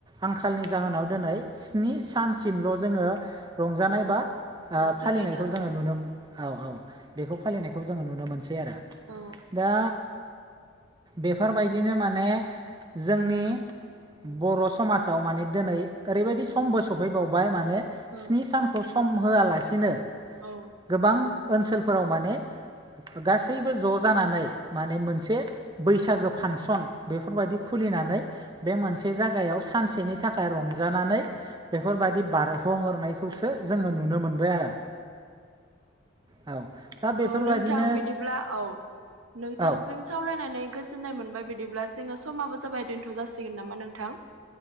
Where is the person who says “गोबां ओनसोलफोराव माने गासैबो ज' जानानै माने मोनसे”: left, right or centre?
Right